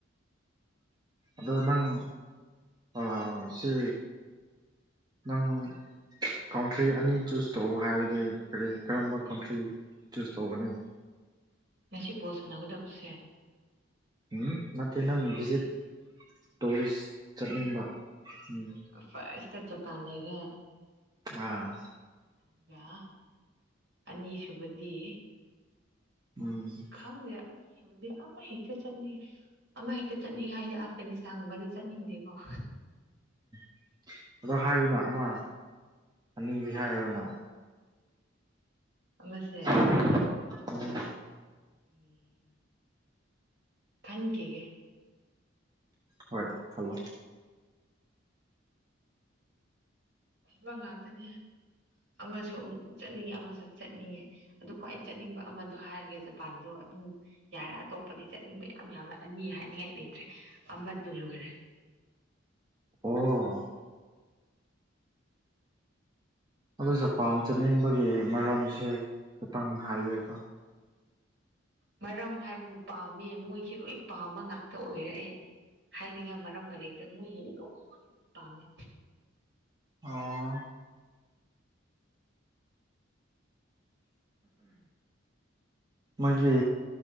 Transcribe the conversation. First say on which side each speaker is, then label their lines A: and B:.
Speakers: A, on the right; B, on the right.
A: ꯑꯗꯣ ꯅꯪ ꯑ ꯁꯤ ꯅꯪ ꯀꯟꯇ꯭ꯔꯤ ꯑꯅꯤ ꯆꯨꯁ ꯇꯧ ꯍꯥꯏꯔꯗꯤ ꯀꯔꯤ ꯀꯔꯝꯕ ꯀꯟꯇ꯭ꯔꯤ ꯆꯨꯁ ꯇꯧꯒꯅꯤ
B: ꯉꯁꯤ ꯕꯣꯜ ꯁꯥꯟꯅꯒꯗꯕꯁꯦ
A: ꯑꯝ ꯅꯠꯇꯦ ꯅꯪ ꯚꯤꯖꯤꯞ ꯇꯨꯔꯤꯁ ꯆꯠꯅꯤꯡꯕ ꯎꯝ
B: ꯐꯁꯠꯇ ꯖꯄꯥꯟ ꯂꯩꯔꯦ
A: ꯑꯥ
B: ꯑꯗꯨꯒ ꯑꯅꯤꯁꯨꯕꯗꯤ
A: ꯎꯝ
B: ꯈꯪꯗꯦ ꯑꯅꯤꯁꯤꯕꯨꯗꯤ ꯑꯃ ꯍꯦꯛꯇ ꯆꯠꯅꯤꯡꯉꯤ ꯑꯃ ꯍꯦꯛꯇ ꯆꯠꯅꯤ ꯍꯥꯏꯗꯤ ꯑꯐꯒꯅꯤꯁꯇꯥꯟꯒꯨꯝꯕꯗꯤ ꯆꯠꯅꯤꯡꯗꯦꯀꯣ
A: <inaudible> ꯑꯗꯣ ꯍꯥꯏꯗꯅ ꯑꯃ ꯑꯅꯤꯗꯤ ꯍꯥꯏꯔꯣꯅ
B: ꯑꯃꯁꯦ
A: <inaudible>
B: <inaudible> ꯈꯟꯈꯤꯒꯦ
A: ꯍꯣꯏ ꯈꯜꯂꯣ
B: ꯍꯥꯏꯕ ꯉꯥꯛꯇꯅꯦ ꯑꯃꯁꯨ ꯑꯃꯨꯛ ꯆꯠꯅꯤꯡꯉꯦ ꯑꯃꯁꯨ ꯆꯠꯅꯤꯡꯉꯦ ꯑꯗꯨ ꯈ꯭ꯋꯥꯏ ꯆꯠꯅꯤꯡꯕ ꯑꯃꯗꯣ ꯍꯥꯏꯔꯒꯦ ꯖꯄꯥꯟꯗꯣ ꯑꯗꯨꯝ ꯌꯥꯔꯦ ꯑꯇꯣꯞꯄꯗꯤ ꯆꯠꯅꯤꯡꯕ ꯌꯥꯝ ꯌꯥꯝꯃꯦ ꯑꯅꯤ ꯍꯥꯏꯅꯤꯡꯉꯥꯏ ꯂꯩꯇ꯭ꯔꯦ ꯑꯃꯗꯨ ꯂꯣꯏꯔꯦ
A: ꯑꯣ ꯑꯗꯨ ꯖꯄꯥꯝ ꯆꯅꯤꯡꯕꯒꯤ ꯃꯔꯝꯁꯦ ꯈꯤꯇꯪ ꯍꯥꯏꯕꯤꯑꯣꯗꯣ
B: ꯃꯔꯝ ꯍꯥꯏꯕꯨ ꯄꯥꯝꯃꯦ ꯃꯣꯏꯁꯦ ꯂꯣꯏ ꯄꯥꯝꯕ ꯉꯥꯛꯇ ꯑꯣꯏꯔꯛꯑꯩ ꯍꯥꯏꯅꯤꯡꯉꯥꯏ ꯃꯔꯝꯒ ꯂꯩꯇ꯭ꯔꯦ ꯃꯣꯏꯒꯤ ꯂꯣꯏ ꯄꯥꯝꯃꯦ
A: ꯑꯣ ꯃꯥꯣꯏꯒꯤ